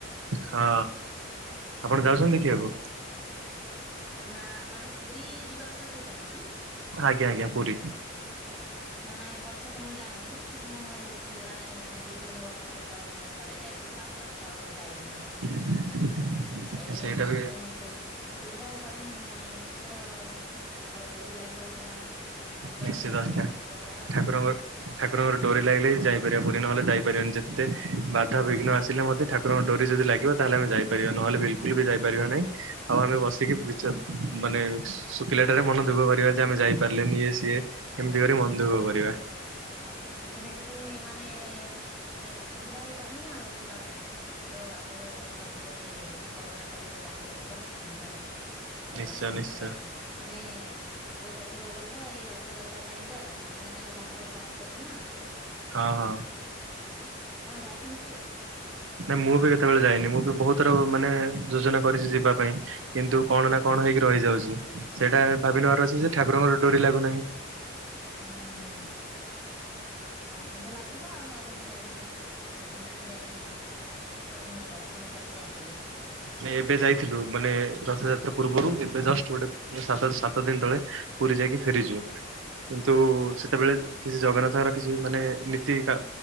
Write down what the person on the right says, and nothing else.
ହଁ ଆପଣ ଯାଉଛନ୍ତି ଦେଖିବାକୁ?
ଆଜ୍ଞା, ଆଜ୍ଞା ପୁରୀ।
<inaudible>
ସେଇଟା
ବି
ନିଶ୍ଚିତ
ଠା
ଠାକୁରଙ୍କ ଠାକୁରଙ୍କର ଡ଼ୋରି ଲାଗିଲେ ଯାଇପାରିବ ପୁରୀ ନହେଲେ ଯାଇପାରିବନି ଯେତେ ବାଧାବିଘ୍ନ ଆସିଲେ ମଧ୍ୟ ଠାକୁର ଡ଼ୋରି ଯଦି ଲାଗିବ ତାହେ ଆମେ ଯାଇପାରିବା ନହେଲେ ବିଲକୁଲ ବି ଯାଇପାରିବା ନାହିଁ ଆଉ ଆମେ ବସିକି ମିଚ ମାନେ ଶୁଖିଲାଟାରେ ମନ ଦୁଃଖ କରିବା ଯା ପାରିଲେନି ଇଏ ସିଏ। ମନ ଦୁଃଖ
କରିବା
ନିଶ୍ଚୟ
ନିଶ୍ଚୟ
ହଁ, ହଁ।
ନାଇ ମୁଁ ବି କେତେବେଳେ ଯାଇନି ମୁଁ ବି ବହୁତ ଥର ମାନେ ଯୋଜନା କରିଛି ଯିବା ପାଇଁ କିନ୍ତୁ କଣ
ନା କଣ ହେଇକି ରହିଯାଉଛି ସେଇଟା ଭାବି
ନବାର ଅଛି ଯେ ଠାକୁରଙ୍କର ଡୋରି ଲାଗୁନାହିଁ।
ନାଇ ଏବେ ଯାଇଥିଲୁ ମାନେ ରଥଯାତ୍ରା ପୂର୍ବରୁ ଏବେ ଜଷ୍ଟ ଗୋଟେ ସାତ ସାତ ଦିନ ତଳେ। ପୁରୀ ଯାଇକି ଫେରିଯିବ,
କିନ୍ତୁ
ସେ ସେତେବେଳେ କିଛି ଜଗନ୍ନାଥଙ୍କର କିଛି ମାନେ ନୀତି କା,